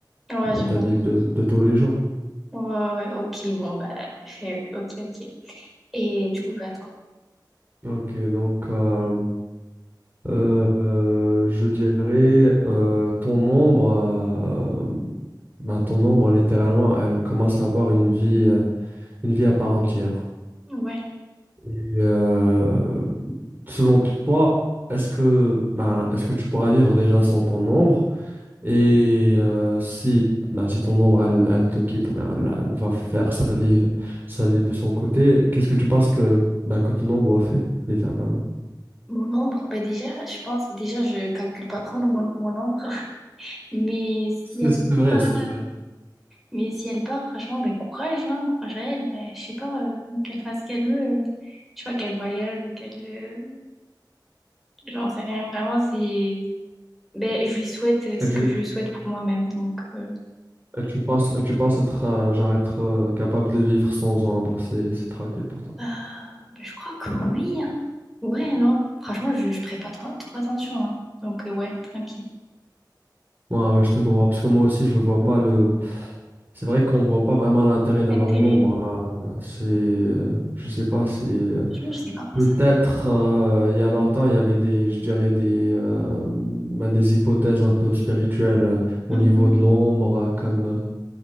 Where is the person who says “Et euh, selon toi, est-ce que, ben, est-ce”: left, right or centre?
Right